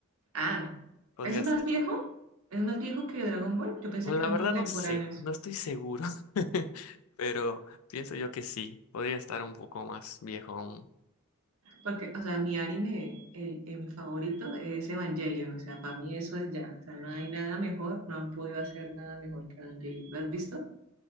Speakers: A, on the right; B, on the left.
A: ah,
B: podría
A: ¿es más
B: ser.
A: viejo? ¿Es más viejo que Dragon Ball? Yo pensé
B: Bueno,
A: que
B: la
A: eran
B: verdad
A: contemporáneos,
B: no sé, no estoy seguro. <laughs> Pero pienso yo que sí, podría estar un poco más viejo aún.
A: porque, o sea, mi anime, el, el- mi favorito es Evangelion, o sea, para mí eso es ya, o sea, no hay nada mejor, no han podido hacer nada mejor que Evangelion. ¿Lo has visto?